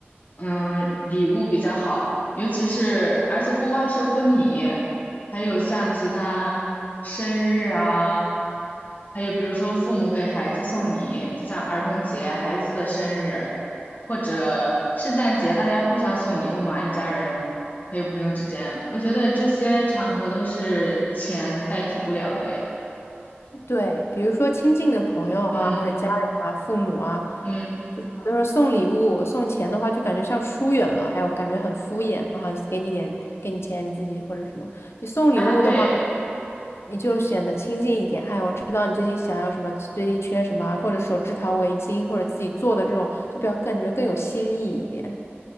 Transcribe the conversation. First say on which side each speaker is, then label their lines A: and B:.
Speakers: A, on the left; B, on the left.
A: 嗯，礼物比较好，尤其是，而且不光是婚礼，还有像其他生日啊，还有比如说父母给孩子送礼，像儿童节、孩子的生日，或者圣诞节，大家互相送礼物嘛，一家人，还有朋友之间，我觉得这些场合都是钱代替不了的耶。
B: 对，比如说亲近的朋友啊，
A: 嗯
B: 或者家人啊、父母啊，
A: 嗯
B: 就是有的时候送礼物、送钱的话，就感觉像疏远了，还有感觉很敷衍啊，给你点，给你钱，你自己或者什么。你送礼物的话，
A: 啊，对，
B: 你就显得亲近一点。哎，我知道你最近想要什么，最近缺什么，或者手织条围巾，或者自己做的这种，就比较感觉更有新意一点，